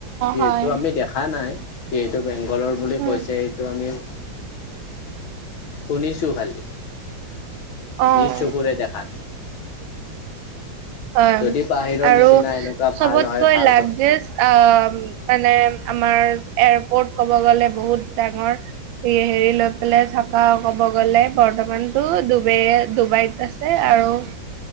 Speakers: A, on the left; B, on the right.
A: যিহেতু
B: হয়
A: আমি দেখা নাই যিহেতু বেংগলৰ বুলি
B: উম
A: কৈছে এইটো আমি। শুনিছো খালি
B: অ
A: নিজ চকুৰে দেখা।
B: হয়
A: যদি বাহিৰৰ
B: আৰু
A: নিচিনা এনেকুৱা
B: চবতকৈ
A: ভাল হয় ভাল
B: লাগ
A: কথা
B: যে। অ মানে আমাৰ এয়াৰপৰ্ট কব গ'লে বহুত ডাঙৰ। হেৰি লৈ পেলাই থকা ক'ব গ'লে বৰ্তমানতো ডুবাই ডুবাইত আ। আৰু